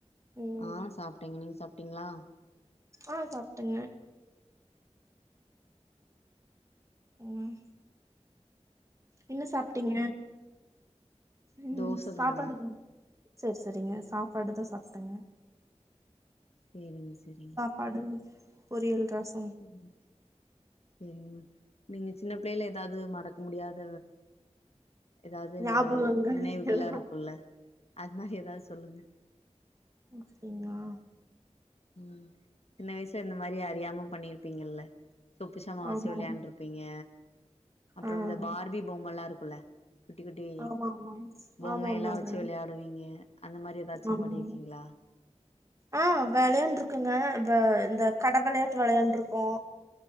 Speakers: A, on the right; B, on the left.
A: ம்
B: ஆஹ் சாப்பிட்டேங்க நீங்க சாப்பிட்டீங்களா
A: ஆ சாப்டங்க ம் என்ன சாப்டீங்க ம்
B: தோச
A: சாப்பாடு
B: தாங்க
A: தா செரி செரிங்க சாப்பாடு தா சாப்டங்க
B: நிம் சரி
A: பாடுனி ஒரே ஒரு கிராஸ்
B: ம் ம் சரிங்க நீங்க சின்ன பிள்ளேல ஏதாது மறக் க முடியாத ஏதாது
A: ஞாபகங்கள்
B: னு நினைவுகள்லா
A: எல்லாம்
B: இருக்குல்ல அது மாரி ஏதாது சொல்லுங்க
A: அப்டிங்ளா
B: ம் சின்ன வயசுல இந்த மாரி அறியாம பண்ணிருப்பீங்கல்ல சொப்பு சாமா வச்சு
A: ஆமா
B: விளையாண்டுரு
A: ஆமா.
B: ப்பிங்க அப்றொ
A: ஆ
B: இந்த பார்பி பொம்ம லா இருக்குல்ல குட்டி குட்டி
A: ஆமா ஆமா
B: பொம்மை
A: ஆமா ஆமாங்க
B: ல்லா வச்சு விளையாடுவீங்க அந்த மாரி ஏதாச்சு
A: ஆமாங்க
B: பண்ணிருக்கீங்ளா
A: ஆ விளையாண்டுருக்கங்க வ இந்த கட விளையாட்டு விளையாண்டுருக்கோ